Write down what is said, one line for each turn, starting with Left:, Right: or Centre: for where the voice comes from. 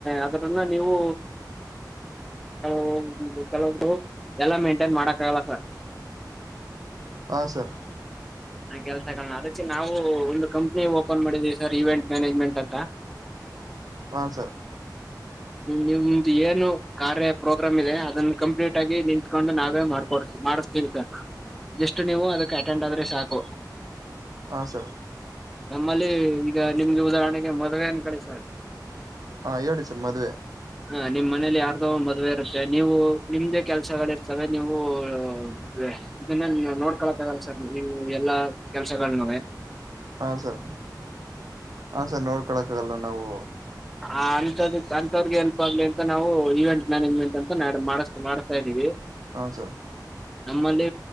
Centre: ಅದರನ್ನ ನೀವು ಕೆಲವ್ <unintelligible> ಕೆಲವೊಬ್ರು ಎಲ್ಲ ಮೇಂಟೆನ್ ಮಾಡಕ್ಕಾಗಲ್ಲ ಸರ್.
Right: ಹಾ ಸರ್.
Centre: ಆ ಕೆಲ್ಸಗಳ್ನ ಅದಕ್ಕೆ ನಾವೂ ಒಂದು ಕಂಪ್ನಿ ಓಪನ್ ಮಾಡಿದೀವಿ ಸರ್ ಇವೆಂಟ್ ಮ್ಯಾನೇಜ್ಮೆಂಟ್ ಅಂತ.
Right: ಹಾಂ ಸರ್
Centre: ನಿಮ್ದ್ ಏನು ಕಾರ್ಯ ಪ್ರೋಗ್ರಾಮ್ ಇದೆ ಅದನ್ ಕಂಪ್ಲೀಟ್ ಆಗಿ ನಿಂತ್ಕಂಡು ನಾವೇ ಮಾಡ್ಕೊಡ್ಸ್ ಮಾಡಸ್ತೀವಿ ಸಾರ್. ಜಷ್ಟ್ ನೀವು ಅದಕ್ ಅಟೆಂಡ್ ಆದ್ರೆ ಸಾಕು.
Right: ಹಾ ಸರ್.
Centre: ನಮ್ಮಲ್ಲಿ ಈಗ ನಿಮ್ಗೆ ಉದಾಹರಣೆಗೆ ಮದುವೆ ಅನ್ಕೊಳಿ ಸಾರ್
Right: ಹಾ ಹೇಳಿ ಸರ್ ಮದ್ವೆ.
Centre: ಹಾ ನಿಮ್ ಮನೇಲಿ ಯಾರ್ದೋ ಮದ್ವೆ ಇರುತ್ತೆ, ನೀವು ನಿಮ್ದೇ ಕೆಲ್ಸಗಳ ಇರ್ತವೆ ನೀವೂ <unintelligible> ಇದನ್ನ ನೀವು ನೋಡ್ಕೊಳ್ಳಕ್ಕ ಆಗಲ್ಲ ಸರ್ ನೀವು ಎಲ್ಲಾ ಕೆಲ್ಸಗಳ್ನುವೆ.
Right: ಹಾ ಸರ್ ಹಾ ಸರ್ ನೋಡ್ಕೊಳಕ್ ಆಗಲ್ಲ ನಾವು.
Centre: ಆ ನು <unintelligible> ಅಂಂತವ್ರಗೆ ಹೆಲ್ಪ್ ಆಗ್ಲಿ ಅಂತ ನಾವು ಈವೆಂಟ್ ಮ್ಯಾನೇಜ್ಮೆಂಟ್ ಅಂತ ಮ್ಯಾಡ್ ಮಾಡ್ ಮಾಡ್ಸ್ತಾ ಇದೀವಿ.
Right: ಹಾಂ ಸರ್
Centre: ನಮ್ಮಲ್ಲಿ